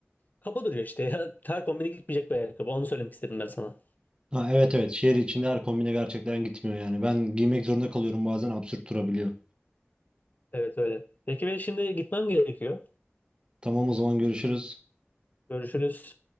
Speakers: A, on the left; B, on the right.
A: Kaba duruyor işte ya. Ter kombini gitmeyecek bir ayakkabı. Onu söylemek istedim ben sana.
B: Ha evet evet şehir içinde her kombine gerçekten gitmiyor yani. Ben giymek zorunda kalıyorum bazen absürt durabiliyor.
A: Evet öyle. Peki ben şimdi gitmem gerekiyor.
B: Tamam o zaman görüşürüz.
A: Görüşürüz.